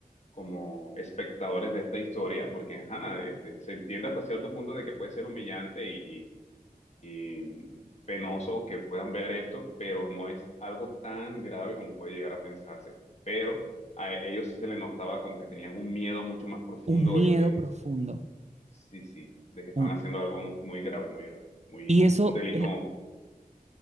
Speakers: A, on the left (about 45°); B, on the right (about 45°).
A: como espectadores de esta historia, porque ajá, este, se entiende hasta cierto punto de que puede ser humillante y, eh, penoso que puedan ver esto, pero no es algo tan grave como puede llegar a pensarse. Pero a e- ellos sí se les notaba como que tenían un miedo mucho más profundo
B: un miedo
A: de que,
B: profundo.
A: sí, sí, de que estaban
B: un-
A: haciendo algo muy, muy grave, muy grave, muy,
B: Y eso
A: un delito,
B: es,